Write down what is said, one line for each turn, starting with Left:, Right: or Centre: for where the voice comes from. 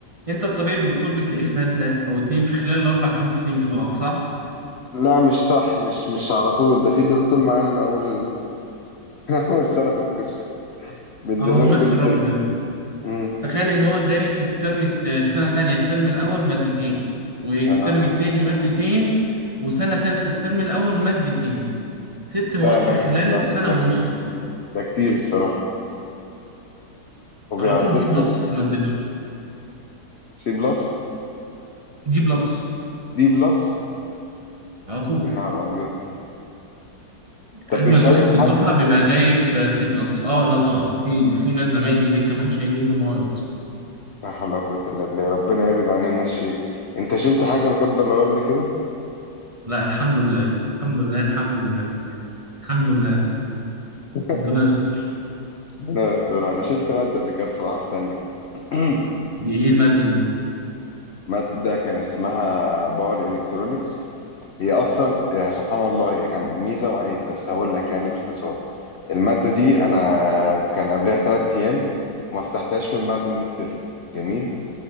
Right: انت الطبيعي الدكتور بتلاقيه في ماده او اتنين في خلال الاربع خمس سنين بتوعك صح
Left: لا مش صح مش مش على طول ده في دكتور معانا من أول <laughs> أول سنة في القسم بينزل
Right: اهو
Left: لنا
Right: نفس
Left: كل
Right: الراجل
Left: ترم
Right: ده
Left: امم
Right: تخيل ان هو اداني في الترم الت- سنه تانية الترم الاول مادتين والترم
Left: يعني أنا-
Right: التاني مادتين وسنه تالتة الترم الاول مادتين ست مواد
Left: لا لا
Right: في خلال
Left: ده
Right: سنه
Left: ده
Right: ونص
Left: كتير ده كتير الصراحة وبيعذبكم
Right: على طول دي بلس في مادته
Left: سي بلس
Right: دي بلس
Left: دي بلس
Right: على طول
Left: يا نهار أبيض طب
Right: اجمد
Left: بيشيل
Right: واحد في الدفعه
Left: حد
Right: بيبقى جايب سي بلس اه لا طبعا في في ناس زمايلي ليه كمان شايلين له مواد
Left: لا حول ولا قوة إلا بالله ربنا يبعد عننا الشيل أنت شلت حاجة لا قدر الله قبل كده؟
Right: لا الحمد لله الحمد لله الحمد لله الحمد لله
Left: <laughs>
Right: ربنا يستر
Left: ربنا يستر أنا شلت مادة قبل كده بصراحة في تانية <clears throat>
Right: دي ايه الماده دي
Left: مادة كان اسمها باور إلكترونكس هي أصلا يعني سبحان الله هي كان ميزة وعيب بس هقول لك يعني باختصار المادة دي أنا كان قبلها تلات أيام ما فتحتهاش من بعد الميد تيرم جميل